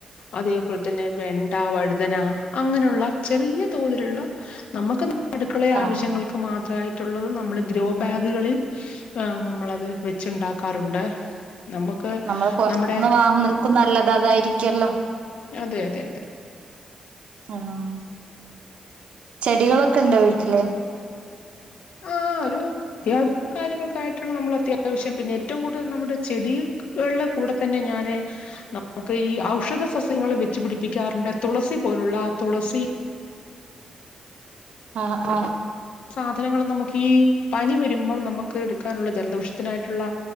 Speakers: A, on the left; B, on the right.
A: അതേപോലെ തന്നെ വെണ്ട, വഴുതന അങ്ങനെള്ള ചെറിയ തോതില്ള്ള നമ്മക്ക് അടുക്കള
B: ആഹ്
A: ആവശ്യങ്ങൾക്ക് മാത്രമായിട്ടുള്ളത് നമ്മള് ഗ്രോ ബാഗുകളിൽ ആഹ് നമ്മളത് വെച്ചുണ്ടാക്കാറുണ്ട് നമുക്ക്
B: നമ്മള് പൊർത്തുന്ന്
A: നമ്മുടെ
B: വാങ്ങ്നതിൽക്കും നല്ലത് അതായിരിക്കല്ലോ?
A: അതെ അതെ അതെ
B: ആഹ് ചെടികളൊക്കെ ഇണ്ടോ വീട്ടില്?
A: ആഹ് ഒരു അത്യാവശ്യം കാര്യങ്ങൾക്കായിട്ടാണ് നമ്മൾ അത്യാവശ്യം പിന്നെ ഏറ്റവും കൂടുതൽ നമ്മുടെ ചെടിയിൽ ൾടെ കൂടെ തന്നെ ഞാന് നമുക്ക് ഈ ഔഷധ സസ്യങ്ങൾ വെച്ചു പിടിപ്പിക്കാറുണ്ട് തുളസി പോലുള്ള തുളസി
B: ആഹ് ആഹ്
A: സാധനങ്ങൾ നമുക്ക് ഈ പനി വരുമ്പം നമുക്ക് എടുക്കാനുള്ള ജലദോഷത്തിനായിട്ടുള്ള